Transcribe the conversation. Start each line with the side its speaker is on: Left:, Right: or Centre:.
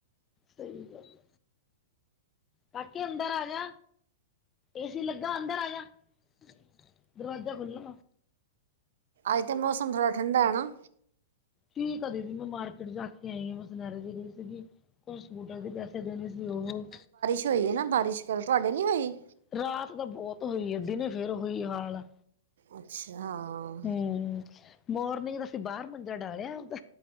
Left: ਸਹੀ ਗੱਲ ਏ ਕਾਕੇ ਅਦੰਰ ਆਜਾ ਏਸੀ ਲੱਗਾ ਅੰਦਰ ਆਜਾ ਦਰਵਾਜਾ ਖੁਲੋ
Right: ਅੱਜ ਤੇ ਮੌਸਮ ਥੋੜ੍ਹਾ ਠੰਡਾ ਏ ਨਾ
Left: ਕੀ ਕਦੇ ਵੀ ਮੈਂ ਮਾਰਕੀਟ ਜਾ ਕੇ ਆਈ ਆ, ਮੈਂ ਸੁਨਿਆਰੇ ਦੀ ਗਈ ਸੀਗੀ ਕੁਝ ਸਕੂਟਰ ਦੇ ਪੈਸੇ ਦੇਣੇ ਸੀ ਉਹ
Right: ਏਥੇ ਹੋਈਏ ਨਾ ਬਾਰਿਸ਼ ਕੱਲ ਤੁਹਾਡੇ ਨੀ ਹੋਈ?
Left: ਰਾਤ ਤਾਂ ਬੋਤ ਹੋਈ ਐ ਦਿਨੇ ਫੇਰ ਹੋਈ ਹਾਲ ਆ।
Right: ਅੱਛਾ ਹਾਂ।
Left: ਹੂੰ ਮੋਰਨਿੰਗ ਦਾ ਅਸੀਂ ਬਾਰ ਮੰਜਾ ਡਾਲਿਆ ਆਪਦਾ।